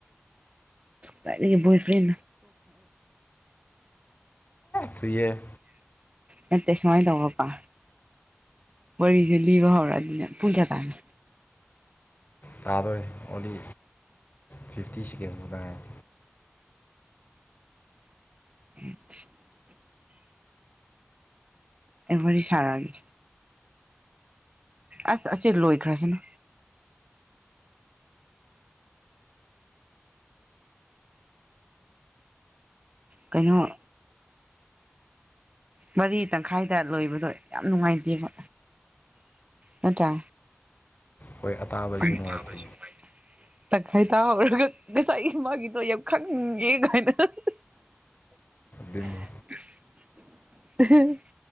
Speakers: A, on the right (about 30°); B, on the left (about 40°).
A: ꯣꯌ ꯐ꯭ꯔꯦꯟ
B: ꯊꯨꯏꯌꯦ
A: ꯅꯠꯇꯦ ꯁꯨꯃꯥꯏꯅ ꯇꯧꯕ꯭ꯔ ꯀ ꯋꯥꯔꯤꯁꯦ ꯂꯤꯕ ꯍꯧꯔꯛꯑꯅꯤꯅꯦ ꯄꯨꯡ ꯀꯌꯥ ꯇꯥꯅꯣ
B: ꯇꯥꯗꯣꯔꯦ ꯑꯣꯡꯂꯤ ꯐꯤꯐꯇꯤ ꯁꯦꯀꯦꯟꯁ ꯃꯨꯛꯇ ꯉꯥꯢꯔꯦ
A: <unintelligible> ꯑꯩ ꯋꯥꯔꯤ ꯁꯔꯥꯒꯦ ꯑꯁ ꯑꯁꯤ ꯂꯣꯏꯈ꯭ꯔꯁꯅꯨ ꯀꯩꯅꯣ ꯃꯔꯤ ꯇꯪꯈꯥꯏꯗ ꯂꯣꯏꯕꯗꯣ ꯌꯥꯝ ꯅꯨꯡꯉꯥꯏꯇꯦꯕ ꯅꯠꯇ꯭ꯔꯥ
B: ꯍꯣꯏ ꯑꯇꯥꯕꯩꯁꯨ
A: <unintelligible>
B: ꯅꯨꯡꯉꯥꯏꯇꯦ
A: ꯇꯪꯈꯥꯏ ꯇꯥꯍꯔꯒ ꯉꯁꯥꯏ ꯃꯥꯒꯤꯗꯣ ꯌꯥꯝ ꯈꯪꯉꯦ ꯀꯥꯏꯅ <inaudible>
B: ꯗꯤꯜꯂꯤ
A: <unintelligible>